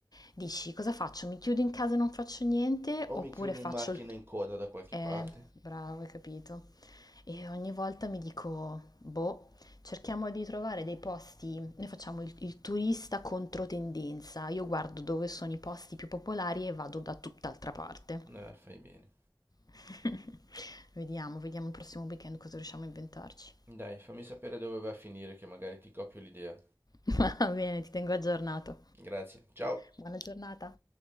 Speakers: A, on the left; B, on the right.
A: dici cosa faccio? Mi chiudo in casa e non faccio niente
B: O
A: oppure
B: mi chiudo
A: faccio
B: in macchina
A: il
B: in coda da qualche
A: eh,
B: parte.
A: bravo, hai capito. E ogni volta mi dico, boh, cerchiamo di trovare dei posti, noi facciamo il, il turista contro tendenza, io guardo dove sono i posti più popolari e vado da tutt'altra parte.
B: No, fai bene.
A: <laughs> Vediamo, vediamo il prossimo weekend cosa riusciamo a inventarci.
B: Dai, fammi sapere dove vai a finire, che magari ti copio l'idea.
A: <laughs> Va bene, ti tengo aggiornato.
B: Grazie, ciao!
A: Buona giornata.